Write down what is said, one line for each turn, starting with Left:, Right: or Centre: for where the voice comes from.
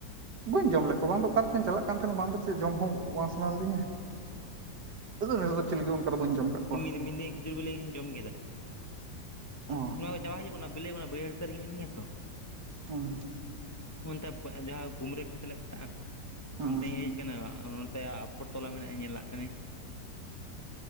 Right: ᱵᱟᱹᱧ ᱡᱚᱢ ᱞᱮᱫ ᱠᱚᱣᱟ ᱾ ᱵᱟᱝ ᱫᱚ ᱚᱠᱟᱛᱮᱪᱚᱧ ᱪᱟᱞᱟᱜ ᱠᱟᱱ ᱛᱟᱦᱮᱱᱟ, ᱵᱟᱝ ᱫᱚ ᱪᱮᱫ ᱡᱚᱢ ᱦᱚᱸ ᱵᱟᱝ ᱥᱟᱱᱟ ᱞᱤᱫᱤᱧᱟ ᱾ ᱟᱫᱚ ᱱᱮᱥ ᱫᱚ ᱪᱤᱞᱤ ᱦᱚᱸ ᱚᱱᱠᱟ ᱫᱚ ᱵᱟᱹᱧ ᱡᱚᱢ ᱠᱟᱜ ᱠᱚᱣᱟ
Left: ᱤᱧ ᱢᱤᱫ ᱫᱤᱱ ᱠᱷᱤᱡᱩᱨ ᱵᱤᱞᱤ ᱤᱧ ᱡᱚᱢ ᱠᱮᱫᱟ ᱾
Right: ᱚ
Left: ᱱᱚᱣᱟ ᱠᱚ ᱪᱟᱵᱟ ᱦᱩᱭᱩᱜ ᱠᱟᱱᱟ ᱵᱮᱥᱤ ᱢᱟ ᱵᱟᱹᱭᱦᱟᱹᱲ ᱥᱮᱫ ᱨᱮ ᱢᱤᱱᱟᱹᱧ ᱛᱚ,
Right: ᱩ
Left: ᱚᱱᱛᱮ ᱡᱟᱦᱟᱸ ᱜᱩᱢᱲᱟᱹ ᱠᱷᱮᱛ ᱞᱮ ᱢᱮᱛᱟᱜᱼᱟ
Right: ᱦᱩᱸ
Left: ᱚᱱᱛᱮ ᱦᱮᱡ ᱠᱟᱱᱟ᱾ ᱱᱚᱛᱮ ᱟᱯᱷᱚᱨ ᱛᱚᱞᱟ ᱢᱮᱱᱟᱜᱼᱟ ᱧᱮᱞᱟᱜ ᱠᱟᱹᱱᱟᱹᱧ